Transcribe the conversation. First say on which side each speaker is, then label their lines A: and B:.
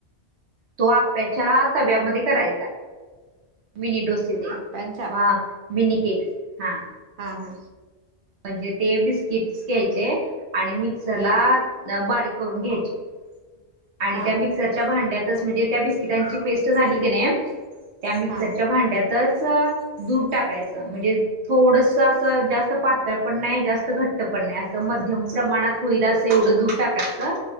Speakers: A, on the right; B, on the right.
A: तो आप्याच्या तव्यामध्ये करायचा आहे मिनीडोस
B: अप्प्यांच्या
A: मिनी केेक्स हां
B: ह हा
A: म्हणजे ते बिस्किटस घ्यायचे आणि मिक्सरला
B: हम्म
A: बारीक करून घ्यायचे आणि
B: हा
A: त्या मिक्सरच्या भांड्यातच म्हणजे त्या बिस्किटांची पेस्ट झाली की नाही त्या मिक्सरच्या
B: हा हा
A: भांड्यातच दूध टाकायचं म्हणजे थोडस असं जास्त पातळ पण नाही जास्त घट्ट पण नाही अस तुमच्या मनात होईल एवढं धून टाकायचं